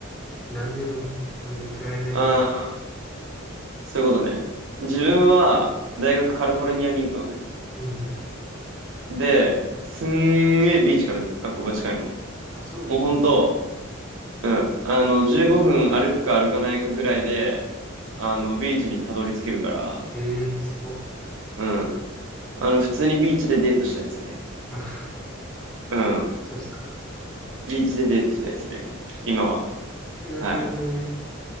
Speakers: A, in the centre; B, on the right (about 75°).
A: なんでもいい、本当にプライベートでも。
B: ああ、そういうことね。自分は、大学カリフォルニアに行くのね。
A: うんうん。
B: で、すんげえビーチから学校が近いの。
A: あ、そうなんだ。
B: もうほんと、うん。あの、15分歩くか歩かないかぐらいで、あの、ビーチにたどり着けるから、
A: へえ、すごっ。
B: うん。あの、普通にビーチでデートしたいですね。
A: あ、
B: うん。
A: そうっすか。
B: ビーチでデートしたいですね。今は。
A: なるほどね。
B: はい。